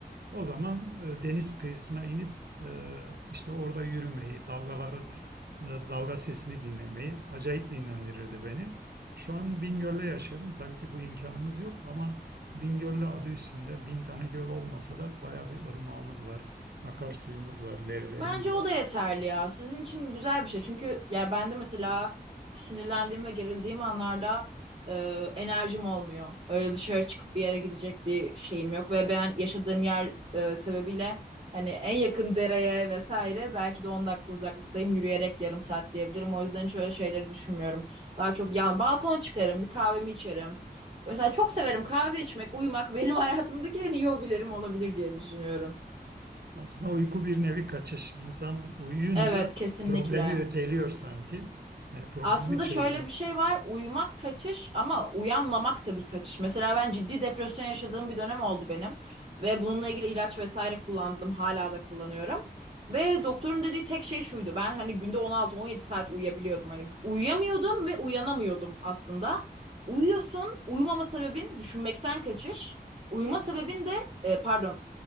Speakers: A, on the right (about 70°); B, on the right (about 35°).
A: O zaman e, deniz kıyısına inip e, işte orada yürümeyi, dalgaları, e, dalga sesini dinlemeyi acayip dinlendirirdi beni. Şu an Bingöl'de yaşıyorum. Tabii ki bu imkanımız yok ama Bingöl'de adı üstünde bin tane göl olmasa da baya bir ırmağımız var, akarsuyumuz var, derelerimiz
B: Bence o
A: var.
B: da yeterli ya. Sizin için güzel bir şey. Çünkü ya ben de mesela sinirlendiğim ve gerildiğim anlarda e, enerjim olmuyor. Öyle dışarı çıkıp bir yere gidecek bir şeyim yok ve ben yaşadığım yer e, sebebiyle hani en yakın dereye vesaire belki de 10 dakika uzaklıktayım. Yürüyerek yarım saat diyebilirim. O yüzden hiç öyle şeyleri düşünmüyorum. Daha çok yan balkona çıkarım, bir kahvemi içerim. Mesela çok severim kahve içmek, uyumak benim <laughs> hayatımdaki en iyi hobilerim olabilir diye düşünüyorum.
A: Aslında uyku bir nevi kaçış. İnsan uyuyunca
B: Evet, kesinlikle.
A: problemi öteliyor sanki. Yani problemi
B: Aslında
A: çözmek
B: şöyle bir şey var. Uyumak kaçış ama uyanmamak da bir kaçış. Mesela ben ciddi depresyon yaşadığım bir dönem oldu benim. Ve bununla ilgili ilaç vesaire kullandım. Hala da kullanıyorum. Ve doktorun dediği tek şey şuydu. Ben hani günde 16-17 saat uyuyabiliyordum. Hani uyuyamıyordum ve uyanamıyordum aslında. Uyuyorsun. Uyumama sebebin düşünmekten kaçış. Uyuma sebebin de e, pardon